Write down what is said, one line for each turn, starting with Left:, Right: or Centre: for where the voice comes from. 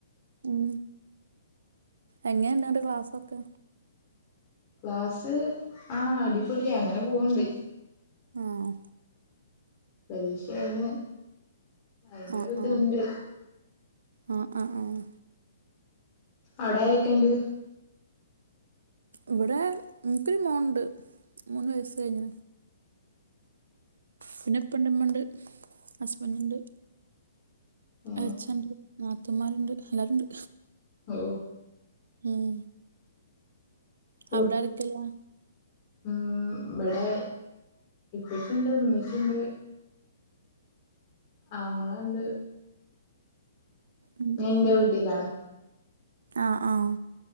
Right: ഉം എങ്ങനെ ഇണ്ട് അന്റെ ക്ലാസ്സൊക്കെ
Left: ക്ലാസ്സ് ആഹ് അടിപൊളിയാ അങ്ങനെ പോവ് ണ്ട്
Right: ആഹ്
Left: പരീക്ഷ ആയിന് അയിന്റൊരു
Right: ആഹ്
Left: ഇതുണ്ട്
Right: ആഹ് ആഹ് ആഹ് ആഹ്
Left: അവിടെ ആരൊക്കെ ഇണ്ട്
Right: ഇവിടെ ഇൻക്കൊരു മോനുണ്ട് മൂന്ന് വയസ്സ് കഴിഞ്ഞ്നു പിന്നെ ഇപ്പണ്ട് ഇമ്മണ്ട് ഹസ്ബന്റ് ഉണ്ട്
Left: ഏ
Right: എളച്ഛനുണ്ട് നാത്തൂൻമാരുണ്ട് എല്ലാരുണ്ട്
Left: ഓ
Right: ഉം
Left: കു
Right: അവിടെ ആരൊക്കെയില്ലേ
Left: ഉം ഇവിടെ ഇപ്പച്ചിണ്ട് ഇമ്മച്ചിണ്ട് ആങ്ങളണ്ട്
Right: ഉം
Left: ഞാൻ
Right: ഉം
Left: എന്റെ വീട്ടിലാണ്
Right: ആഹ് ആഹ്